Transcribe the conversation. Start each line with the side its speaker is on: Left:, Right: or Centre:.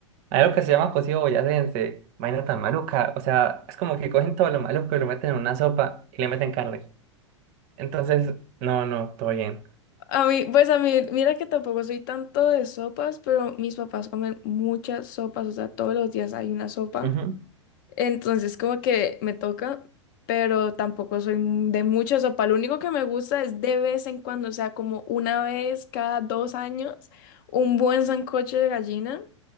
Right: Hay algo que se llama cocido boyacense, vaina tan maluca. O sea, es como que cogen todo lo maluco y lo meten en una sopa y le meten carne. Entonces, no, no, todo bien.
Left: a mí, pues a mí, mira que tampoco soy tanto de sopas, pero mis papás comen muchas sopas, o sea, todos los días hay una sopa.
Right: Ujú,
Left: Entonces, como que me toca, pero tampoco soy m- de mucha sopa. Lo único que me gusta es de vez en cuando, o sea, como una vez cada dos años, un buen sancocho de gallina.